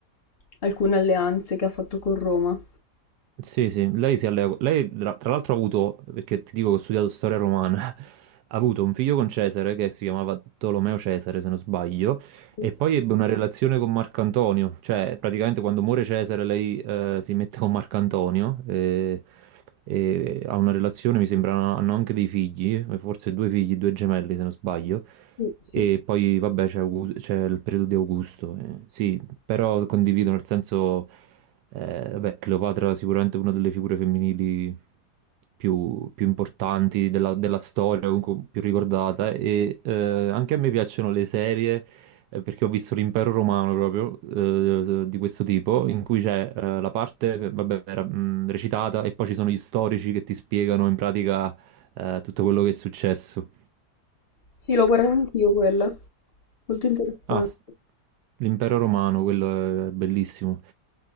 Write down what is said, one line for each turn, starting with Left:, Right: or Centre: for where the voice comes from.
Left: alcune alleanze che ha fatto con Roma.
Right: Sì, sì, lei si allea. co- Lei tra tra l'altro ha avuto, perché ti dico che ho studiato storia romana, <laughs> ha avuto un figlio con Cesare che si chiamava Tolomeo Cesare, se non sbaglio,
Left: Sì,
Right: e poi ebbe una relazione con Marco Antonio, cioè praticamente quando muore Cesare lei eh, si mette con Marco Antonio e, e ha una relazione, mi sembra, hanno anche dei figli, eh, forse due figli, due gemelli se non sbaglio,
Left: sì,
Right: e
Left: sì.
Right: poi vabbè c'è Augu- c'è il periodo di Augusto, eh, sì, però condivido nel senso... Eh, vabbè, Cleopatra è sicuramente una delle figure femminili più, più importanti della, della storia, comunque più ricordata. E eh, anche a me piacciono le serie, eh, perché ho visto l'Impero Romano proprio, eh, di questo tipo, in cui c'è eh, la parte, vabbè, era, mh, recitata e poi ci sono gli storici che ti spiegano in pratica eh, tutto quello che è successo.
Left: Sì, l'ho guardata anch'io quella. Molto interessante.
Right: Ah, s- l'impero romano, quello è bellissimo.